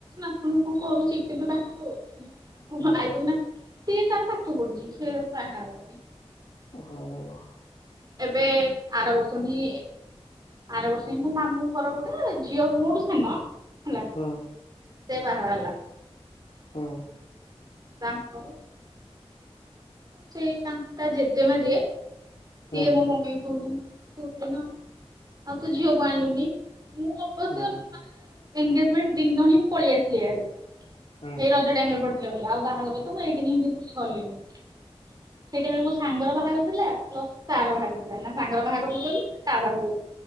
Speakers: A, on the right; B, on the left.
A: ଆପଣଙ୍କୁ କଣ କରୁଛି ସେ କେବେ ବାହାଘ
B: ହୁଁ
A: ଭାଇ ନା ସଏ ତାର ପାଠ ପଢୁଛି ସେ ବାହା ହବନି
B: <inaudible>
A: ଏବେ ଆର ବର୍ଷ ହିଁ ଆର ବର୍ଷ ହିଁ ତ ମାମୁଁ ର ଗୋଟେ ଝିଅ ମୋଠୁ ସାନ ହେଲା
B: ହଁ।
A: ସେ ବାହାହେଲା।
B: ହୁଁ।
A: ତାଙ୍କ ସେଇ ତା ଜେଜେମା ଯିଏ ସିଏ
B: ହୁଁ
A: ମୋ ମମି କହୁଛନ୍ତି ହ କହୁଥିଲି ନା ଆଉ ତୁ ଝିଅକୁ ଆଣିଲୁନି ମୁଁ ଅବଶ୍ୟ
B: ହୁଁ
A: ମାନେ ଏନଗେଜମେଣ୍ଟ ଦିନ ହିଁ ମୁଁ ପଳେଇ ଆସିଲି ଆଡେ
B: ହୁଁ
A: ସେ ରଜ ଟାଇମରେ ପଡିଥି ଥିଲା ବୋଲି ଆଉ ବାହାଘର ତ ମୁଁ ଏଇଠି କିଛି କଲିନି ସେଇଟାଇରେ ମୋ ସାଙ୍ଗର ବାହାଘର ଥିଲା ପ୍ଲସ ତା ର ବାହାଘର ଥିଲା ନା ସାଙ୍ଗର ବାହାଘରକୁ ଗଲି ନା ତା ବାହାଘକୁ ଗଲି।